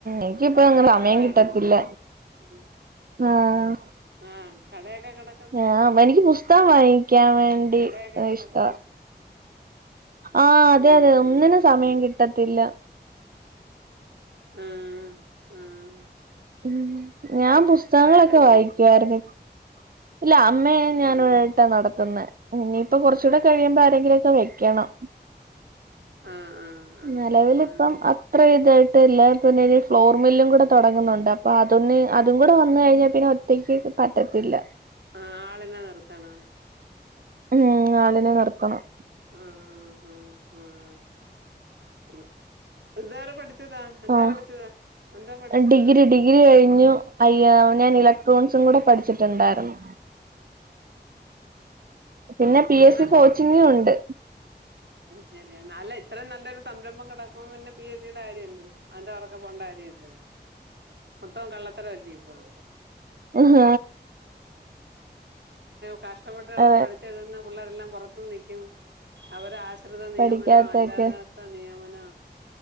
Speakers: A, on the right; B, on the right.
A: എനിക്കിപ്പ
B: പത്രമൊക്കെ
A: അങ്ങനെ സമയം
B: വായിക്കും
A: കിട്ടത്തില്ല
B: നല്ലോണം ഉം
A: ആഹ്
B: ആഹ് കടയാക്കെ കട
A: ആഹ് എനിക്ക് പുസ്തകം വാങ്ങിക്കാൻ വേണ്ടി
B: കടയൊക്കെ കിടക്കുന്നു
A: ഇഷ്ട ആഹ് അതെ
B: ഉം
A: അതെ ഒന്നിനും
B: ഉം ഉം
A: സമയം കിട്ടത്തില്ല
B: ഉം ഉം
A: ഉം ഞാൻ പുസ്തകങ്ങളൊക്കെ
B: ആരും ഇല്ലേ
A: വായിക്കുയിരുന്നു ഇല്ല അമ്മയ ഞൻട്ടാ
B: ആഹ്
A: നടത്തുന്ന ഇനിയിപ്പൊ കുറച്ച കൂടെ കഴിയുമ്പോ ആരെങ്കിലുംക്കെ വെക്കണം
B: ആഹ് ആഹ് ആഹ്
A: നിലവിലിപ്പം
B: ആഹ്
A: അത്ര ഇതായിട്ട്ല്ല പിന്നെഈ ഫ്ലോർ മില്ലും കൂടെ തുടങ്ങുന്നുണ്ട് അപ്പൊ അതൊന്ന
B: ആഹ്
A: അതും കൂടെ വന്ന കഴിഞ്ഞാ പിന്നെ ഒറ്റയ്ക്ക് പറ്റത്തില്ല
B: ആഹ് ആളെല്ലാ നിർത്തണ
A: ഉം ആളിനെ നിർതണം
B: ഉം ഉം ഉം ഉം ഉം ഇതുറെ പഠി ച്ചതാ എന്താ
A: ആഹ്
B: പഠിച്ചതാ എന്താ പഠിച്ചതാ
A: ഡിഗ്രി ഡിഗ്രി കഴിഞ്ഞു അയ്യ ഞാൻ ഇലക്ട്രോണിക്സും കൂടെ പഠിച്ചിട്ടുണ്ടായിരുന്നു പിന്നെ പി
B: അങ്ങനെ
A: എസ് സി കോച്ചിങ്ങും ഉണ്ട്
B: ശരിയ അല്ല ഇത്രയും നല്ലൊരു സംരംഭം കിടക്കുമ്പ പിന്നെ പി എസ് സിയുടെ കാര്യമ ഇല്ലല്ലോ അന്റെ ഉറക്കെ പോകേണ്ട കാര്യം ഇല്ലല്ലോ മൊത്തം കള്ളത്തരംല്ലേ ഇപ്പൊ
A: ആഹ്
B: കഷ്ടപ്പെട്ട് കിടന്ന്
A: ആ
B: പഠിച്ചഴുതുന്ന പിള്ളേരെല്ലാം പുറത്ത് നൽക്കും അവ വിശൃത നിയമനോ
A: പഠിക്കാത്തൊക്കെ
B: അല്ലാതാത്ത നിയമനോ